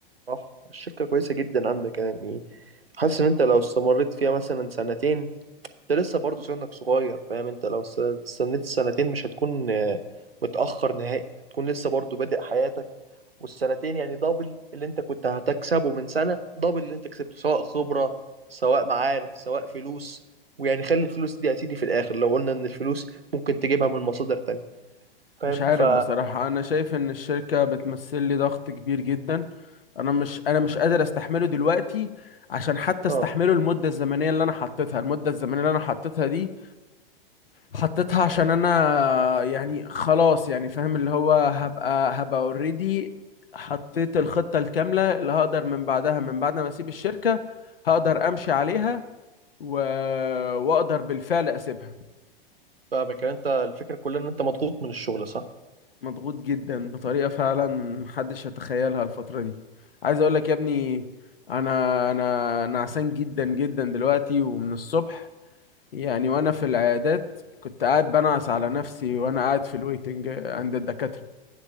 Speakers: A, on the right (about 80°); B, on the left (about 70°).
A: صح الشركة كويسة جدا عندك يعني حاسس ان انت لو استمريت فيها مثلا سنتين انت لسه برضه سنك صغير فاهم انت لو س- استنيت السنتين مش هتكون آه، متأخر نهائي هتكون لسه برضه بادئ حياتك والسنتين يعني دبل اللي انت كنت هتكسبه من سنة دبل اللي انت كسبته سواء خبرة سواء معارف سواء فلوس ويعني خلي الفلوس دي هتيجي في الآخر لو قلنا ان الفلوس ممكن تجيبها من مصادر تانية فاهم
B: مش عارف
A: ف
B: بصراحة انا شايف ان الشركة بتمثل لي ضغط كبير جدا انا مش انا مش قادر استحمله دلوقتي عشان حتى استحمله
A: اه
B: المدة الزمنية اللي انا حطيتها المدة الزمنية اللي انا حطيتها دي حطيتها عشان انا يعني خلاص يعني فاهم اللي هو هبقى هبقى اوريدي حطيت الخطة الكاملة اللي هقدر من بعدها من بعد ما اسيب الشركة هقدر امشي عليها و... واقدر بالفعل اسيبها
A: فاهمك يعني انت الفكرة كلها ان انت مضغوط من الشغل صح؟
B: مضغوط جدا بطريقة فعلا محدش يتخيلها الفترة دي عايز اقول لك يا ابني انا انا نعسان جدا جدا دلوقتي ومن الصبح يعني وانا في العيادات كنت قاعد بنعس على نفسي وانا قاعد في الويتنج عند الدكاترة